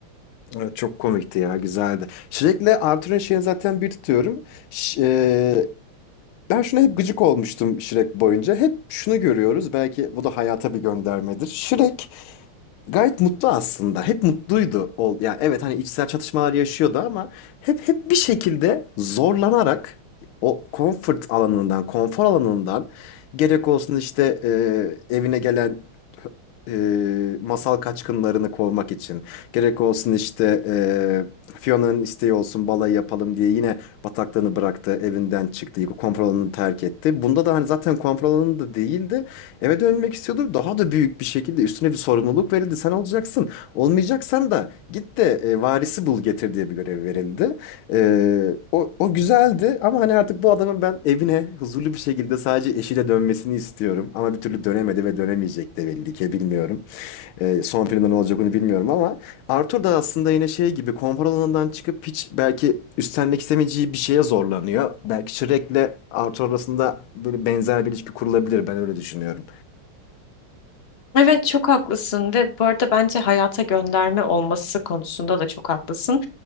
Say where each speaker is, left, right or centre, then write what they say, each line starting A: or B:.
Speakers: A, on the left (about 80°); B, on the left (about 60°).
A: Evet, çok komikti ya güzeldi. Shrek'le Arthur'un şeyini zaten bir tutuyorum. Ş- e, ben şuna hep gıcık olmuştum Shrek boyunca. Hep şunu görüyoruz. Belki bu da hayata bir göndermedir. Shrek gayet mutlu aslında. Hep mutluydu. Ol, yani evet hani içsel çatışmalar yaşıyordu ama hep hep bir şekilde zorlanarak o comfort alanından, konfor alanından gerek olsun işte e, evine gelen e, masal kaçkınlarını kovmak için. Gerek olsun işte e, Fiona'nın isteği olsun balayı yapalım diye yine bataklığını bıraktı, evinden çıktı, konfor alanını terk etti. Bunda da hani zaten konfor alanı da değildi. Eve dönmek istiyordu. Daha da büyük bir şekilde üstüne bir sorumluluk verildi. Sen olacaksın. Olmayacaksan da git de e, varisi bul getir diye bir görev verildi. Ee, o, o güzeldi ama hani artık bu adamın ben evine huzurlu bir şekilde sadece eşiyle dönmesini istiyorum. Ama bir türlü dönemedi ve dönemeyecek de belli ki bilmiyorum. Ee, son filmde ne olacak onu bilmiyorum ama Arthur da aslında yine şey gibi konfor alanından çıkıp hiç belki üstlenmek istemeyeceği bir şeye zorlanıyor. Belki Shrek'le Arthur arasında böyle benzer bir ilişki kurulabilir ben öyle düşünüyorum.
B: Evet çok haklısın ve bu arada bence hayata gönderme olması konusunda da çok haklısın.